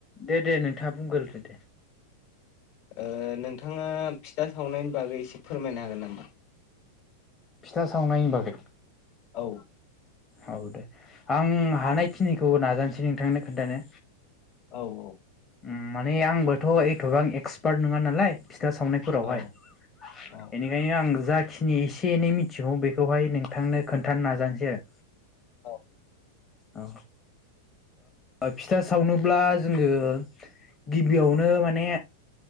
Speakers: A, on the left; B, on the left.
A: दे दे नोंथाङा बुंगोरदो दे
B: ओ नोंथाङा फिथा सावनायनि बागै एसे फोरमायनो हागोन नामा?
A: फिथा सावनायनि बागै
B: औ
A: औ दे आं हानायखिनिखौ नाजानोसै नोंथांनो खोन्थानो।
B: औ औ
A: उम माने आंबोथ एथबां एक्सपार्ट नोङा नालाय फिथा सावनायफोरावहाय
B: औ
A: बेनिखायनो
B: औ
A: आं जाखिनि एसे एनै मिथिगौ बेखौहाय नोंथांनो खोन्थानो नाजानोसै आरो।
B: औ
A: औ ओ फिथा सावनोब्ला जोङो गिबियावनो माने